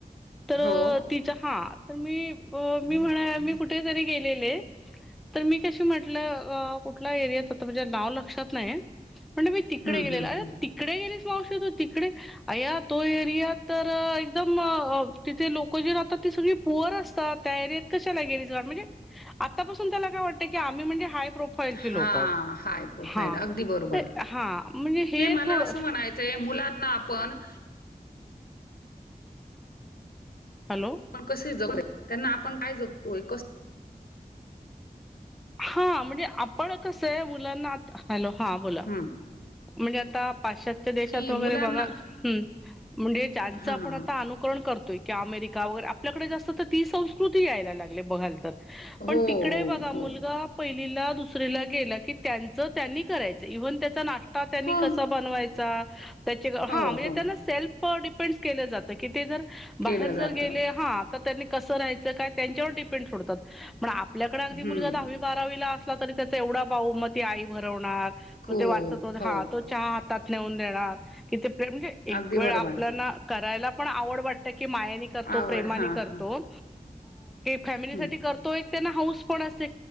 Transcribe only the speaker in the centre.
तर
तिच हा तर मी मी म्हणा मी कुठेेतरी गेलेले, तर मी कशी म्हटलं कुठल्या एरियात आता म्हणजे नाव लक्षात नाही. म्हणे मी तिकडे
गेलेला
अरे
तिकडे गेली मावशी तिकडे अ तो एरिया तर एकदम तिथे लोक जे राहतात ती सगळी बोर असतात, त्या एरियात कशाला गेली आतापासून त्याला काय वाटतं कि आम्ही म्हणजे प्रोफाईलछे
लोक
ह
हा म्हणजे हे
थोड
हॅलो
हा म्हणजे आपण कसं आहे मुलांना हॅलो हा बोला.
म्हणजे आता पाश्चातच्या देशात
वगैरे
बघाल ह् म्हणजे ज्यांचं
आपण
आता
अनुकरण करतोय. कि अमेरिका वगैरे आपल्याकडे जास्त तर ती संस्कृती यायला लागले बघाल तर. पण
तिकडे बघा मुलग
पहिला दुसरीला गेलं की त्यांच त्यांनी करायचं इव्हन त्याचा नाश त्यांनी
कस बनवायचा, त्याची म्हणजे
हा सेल्फ डिपेंड्स केल जात कि ते जर
बाहेर जर
गेले ह तर त्यांनी कस राहायचं काय त्यांच्यावर डिपेंड सोडतात. पण आपल्याकडे अगदी
मुलगा दहावी, बारावीला असला तरी त्याचा एवढा बाऊ म ती आई बनवणार,
मग ते वाचत वगैरे
हा तो चहा हातेऊून देणार किते प्रे म्हणजे एक
वेळ
आपल्याना करायला पण आवड वाटते. की मायानी करतो,
प्रेमानी
करतो,
फॅमिलीसाठी
करतोय त्यांना हऊस पण असते